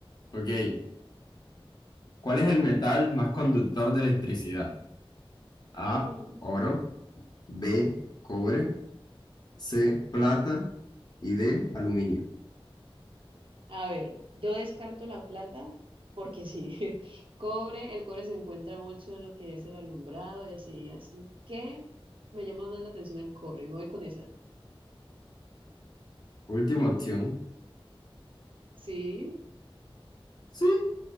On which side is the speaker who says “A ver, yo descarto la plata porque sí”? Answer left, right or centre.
Right